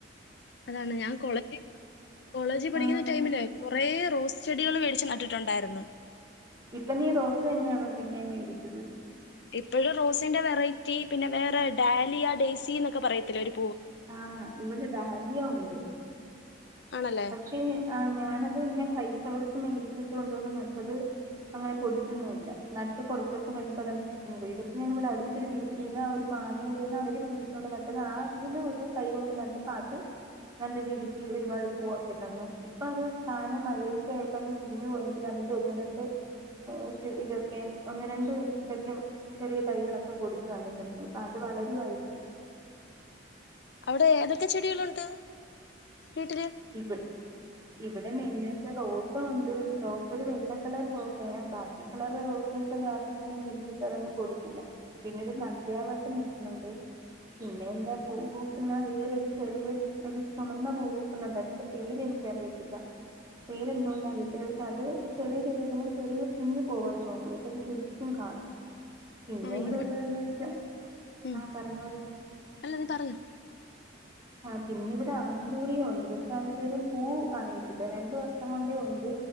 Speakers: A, on the left; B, on the right.
A: അതാണ് ഞാൻ കോളേ കോളേജി പഠിക്കുന്ന
B: ആഹ്
A: ടൈമിലേ കൊറേ റോസ് ചെടികള് വേടി ച്ച് നട്ടിട്ടൊണ്ടാര്ന്ന്‌.
B: ഇപ്പം നീ റോസന്നെയാണോ പിന്നേം മേടിച്ചത്?
A: ഇപ്പഴും റോസിന്റെ വെറൈറ്റി പിന്നെ വേറേ ഡാലിയ ഡേയ്സിന്നൊക്കെ പറയത്തില്ലേ ഒര്
B: ആ ഇവിടെ ഡാലിയ ഒണ്ട്.
A: ആണല്ലേ
B: പക്ഷെ ആ ഞാനത് ങ്ങനെ പൈസ കൊടുത്ത് മേടിച്ചിട്ട് കൊണ്ടോന്ന്‌ നട്ടത് അങ്ങനെ പൊടിച്ചൊന്നുല്ല നട്ട് കൊറച്ചുസം കഴിഞ്ഞപ്പോ അതങ്ങ് ചീഞ്ഞുപോയി പഷെ ഞാൻ ഇവിടടുത്തൊരു വീട്ടീന്ന്‌ ആ മീടെന്ന് അവര് മേടിച്ചോണ്ട് നട്ടത് ആതീന്ന് ഒരു തൈ കൊണ്ട് നട്ടപ്പ അത് നല്ല രീതിക്ക് ഒരുപാട് തന്നെ ഇപ്പ അത് താനെ മഴേക്ക ആയപ്പോ അങ്ങ് ചിഞ്ഞു പോയെങ്കിലതിന്റെ ഒന്ന് രണ്ട് <unintelligible> ഇതെക്കെ ഒന്ന് രണ്ട് ഇതെക്കെ ചെറിയ തൈകളൊക്കെ പൊടിച്ചു വന്നിട്ടുണ്ട് ഇപ്പാത് വളരുവാരിക്കും.
A: അവിടെ ഏതൊക്കെ ചെടികളുണ്ട്? വീട്ടില്
B: റിബൺ ഇവിടെ മെയിനായിട്ട് റോസ് ഒണ്ട് റോസ് ഒരു വെള്ള കളർ റോസാണെ ബാക്കി കളർ റോ ചെടിയൊക്കെ <unintelligible> മേടിച്ചിട്ട് അതൊന്നും കൊടുത്തില്ല പിന്നൊരു നന്ദ്യാർവട്ടം നിക്കു‌ന്നുണ്ട്. പിന്നെ എന്താ പൂ പൂക്കുന്ന വേറൊരു ചെറിയ ഒരു ചൊമന്ന പൂവു ക്കുന്നുണ്ടായിരുന്നു പേര് എനിക്ക് അറിയത്തില്ല. പേരേന്തോന്ന് അറിയത്തില്ല ഷെ അത് ഒര് ചെറിയ ചെടിവെക്കുമ്പം ചെറിയ കുഞ്ഞ് പൂവാ ചോപ്പ്‌ പഷെ അത് ശരിക്കും കാണും. പിന്നെ
A: ആ
B: ഇവിടൊള്ളതെന്ന്
A: ഇവ
B: വെച്ചാ
A: ഉം
B: ആ പറഞ്ഞോടി.
A: അല്ല നീ പറഞ്ഞോ
B: ആ പിന്നെ ഇവിടെ ആന്തൂറിയം ഒണ്ട് പഷെ അതിതുവരേം പൂ ആയിട്ടില്ല രണ്ട് വർഷം കൊണ്ടേ ഒണ്ട്.